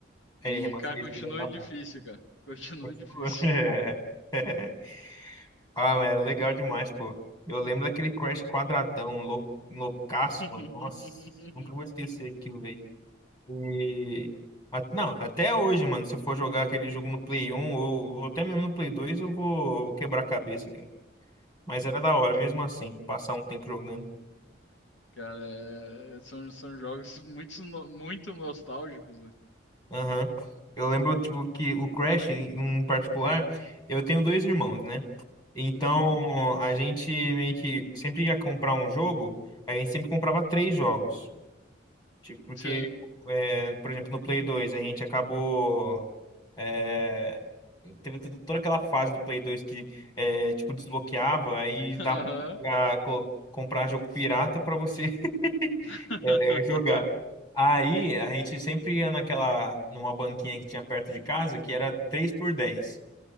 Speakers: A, on the left; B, on the left.
A: Ele
B: E,
A: remasterizado,
B: cara, continua
A: tá
B: difícil,
A: bom.
B: cara. Continua
A: <laughs>
B: difícil.
A: É. <laughs> Ah, mas era legal demais, pô. Eu lembro daquele Crash quadradão, lou- loucaço,
B: <laughs>
A: mano. Nossa, nunca vou esquecer aquilo, velho. E... a- Não, até hoje, mano, se eu for jogar aquele jogo no Play 1 ou, ou até mesmo no Play 2, eu vou, eu vou quebrar a cabeça, cara. Mas era da hora, mesmo assim, passar um tempo jogando.
B: Cara, é- são, são jogos muito, no- muito nostálgicos, né?
A: Aham. Eu lembro, tipo, que o Crash, em particular, eu tenho dois irmãos, né? Então,
B: Uhum.
A: a gente meio que sempre ia comprar um jogo, a gente sempre comprava três jogos. Tipo, porque,
B: Sim.
A: é, por exemplo, no Play 2, a gente acabou. é, teve tudo- toda aquela fase do Play 2 que, é, tipo, desbloqueava, aí dá
B: Aham.
A: pra co- comprar jogo pirata pra você. <laughs>
B: <laughs>
A: É, jogar. Aí a gente sempre ia naquela, numa banquinha que tinha perto de casa, que era 3 por dez